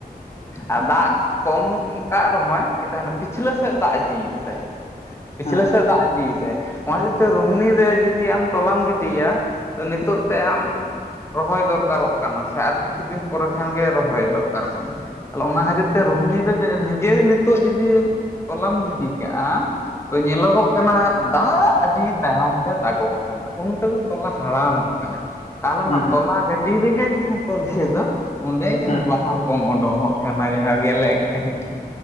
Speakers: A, on the left; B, on the left.
A: ᱟᱨ ᱫᱟᱜ ᱠᱚᱢ ᱠᱟᱜ ᱨᱮᱦᱚᱸᱭ ᱠᱤᱱᱛᱩ ᱦᱟᱱᱮ ᱯᱤᱪᱷᱞᱟᱹ ᱥᱮᱫ ᱫᱟᱜ ᱤᱫᱤ ᱠᱮᱫᱟᱭ ᱯᱤᱪᱷᱞᱟᱹ
B: ᱦᱮᱸ
A: ᱥᱮᱫ ᱫᱟᱜ ᱤᱫᱤᱭ ᱫᱟᱭ᱾ ᱚᱱᱟ ᱠᱷᱟᱹᱛᱤᱨ ᱛᱮ ᱨᱩᱦᱤᱱᱤ ᱨᱮ ᱡᱩᱫᱤ ᱟᱢ ᱛᱚᱞᱟᱢ ᱜᱤᱰᱤᱭᱟ ᱛᱚ ᱱᱤᱛᱳᱜ ᱛᱮ ᱟᱢ ᱨᱚᱦᱚᱭ ᱫᱚᱨᱠᱟᱨᱚᱜ ᱠᱟᱱᱟ ᱥᱮ ᱟᱨ ᱠᱤᱪᱷᱩ ᱫᱤᱱ ᱯᱚᱨᱮ ᱠᱷᱟᱱᱜᱮ ᱨᱚᱦᱚᱭ ᱫᱚᱨᱠᱟᱨ ᱠᱟᱱᱟ ᱛᱟᱦᱚᱞᱮ ᱚᱱᱟ ᱠᱷᱟᱹᱛᱤᱨ ᱛᱮ
B: ᱦᱮᱸ
A: ᱨᱩᱦᱤᱱᱤ ᱨᱮ ᱱᱤᱡᱮ ᱱᱤᱛᱳᱜ ᱡᱩᱫᱤ ᱛᱚᱞᱟᱢ ᱜᱤᱰᱤ ᱠᱟᱜᱼᱟ ᱧᱮᱞᱚᱜᱚᱜ ᱠᱟᱱᱟ ᱫᱟᱜ ᱟᱹᱰᱤ ᱛᱟᱭᱚᱱᱚᱢ ᱛᱮ ᱫᱟᱜᱚᱜ ᱠᱟᱱᱟ ᱩᱱ ᱛᱮᱫᱚ ᱛᱚᱞᱟ ᱦᱟᱲᱟᱢᱚᱜ ᱠᱟᱱᱟ ᱛᱟᱦᱚᱞᱮ ᱚᱱᱟ
B: ᱦᱮᱸ
A: ᱛᱚᱞᱟ ᱜᱟᱹᱰᱤ ᱨᱮᱜᱮ ᱡᱟᱦᱟᱸ ᱠᱚ ᱞᱟᱹᱭ ᱹ ᱫᱚ ᱚᱸᱰᱮ ᱜᱮ
B: ᱦᱮᱸ
A: ᱵᱟᱦᱟ ᱯᱚᱝ ᱚᱸᱰᱠᱳᱝ-ᱚᱜ ᱠᱟᱱᱟ ᱡᱟᱦᱟᱸ ᱜᱮᱞᱮᱜ ᱠᱟᱱᱟ